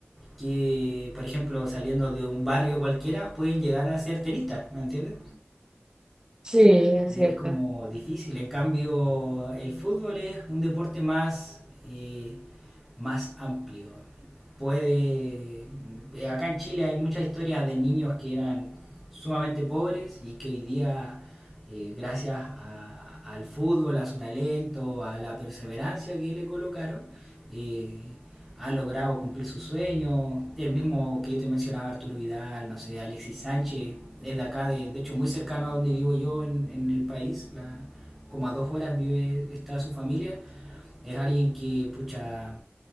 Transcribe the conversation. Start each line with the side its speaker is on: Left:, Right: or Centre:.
Centre: que, por ejemplo, saliendo de un barrio cualquiera, pueden llegar a ser tenistas, ¿me entiendes?
Right: Sí, es
Centre: es
Right: cierto.
Centre: como difícil. En cambio, el fútbol es un deporte más eh, más amplio. Puede. eh, Acá en Chile hay muchas historias de niños que eran sumamente pobres y que hoy día, eh, gracias a- al fútbol, a su talento, a la perseverancia que le colocaron, eh, han logrado cumplir sus sueños. El mismo que yo te mencionaba, Arturo Vidal, no sé, Alexis Sánchez, es de acá, de, de hecho muy cercano a donde vivo yo en, en el país, la- como a dos horas vive, está su familia. Es alguien que, pucha,